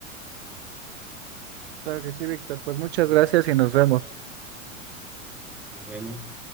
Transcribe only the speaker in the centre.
Sí,
nos vemos.